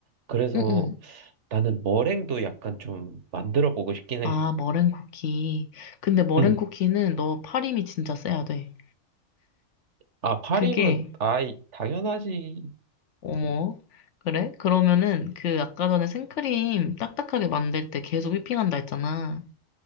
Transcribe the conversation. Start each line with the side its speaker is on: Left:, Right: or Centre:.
Right: 그래서
Left: 응. 응.
Right: 나는 머랭도 약간 좀 만들어 보고 싶긴 해.
Left: 아, 머랭 쿠키. 근데 머랭
Right: 응.
Left: 쿠키는 너 파림이 진짜 세야 돼.
Right: 아, 파림은,
Left: 그게,
Right: 아이, 당연하지.
Left: 어머. 그래? 그러면은 그 아까 전에 생크림 딱딱하게 만들 때 계속 휘핑한다 했잖아.